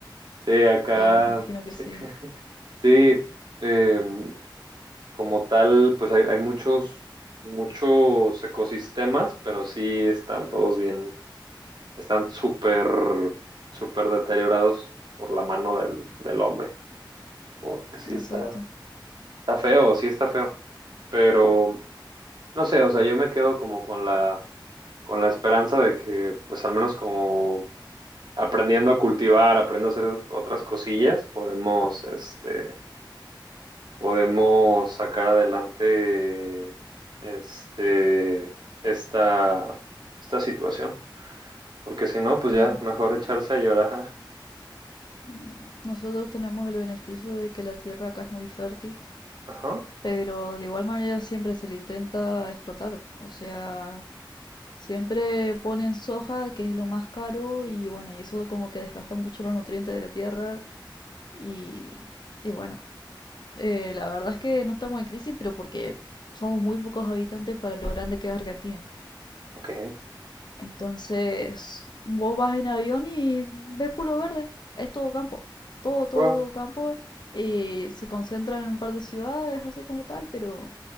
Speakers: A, on the right; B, on the left.
A: Sí, acá...
B: Oh, me imagino que
A: sí.
B: sí,
A: Sí, em, como tal, pues hay, hay muchos, muchos ecosistemas, pero sí están todos bien, están súper, súper deteriorados por la mano del, del hombre, porque sí está,
B: exacto,
A: está feo, sí está feo, pero no sé, o sea, yo me quedo como con la, con la esperanza de que, pues al menos como aprendiendo a cultivar, aprendiendo a hacer otras cosillas, podemos, este podemos sacar adelante este, esta, esta situación. Porque si no, pues
B: claro.
A: ya mejor echarse a llorar.
B: Mm, Nosotros tenemos el beneficio de que la tierra acá es muy fértil
A: Ajá.
B: pero de igual manera siempre se le intenta explotar. O sea, siempre ponen soja, que es lo más caro, y bueno, y eso como que desgasta mucho los nutrientes de la tierra. Y, y bueno, eh, la verdad es que no estamos en crisis, pero porque somos muy pocos habitantes para lo grande que es Argentina.
A: Ok.
B: Entonces, vos vas en avión y ves puro verde, es todo campo, todo, todo,
A: Wow.
B: todo campo. Y se concentran en un par de ciudades, así como tal, pero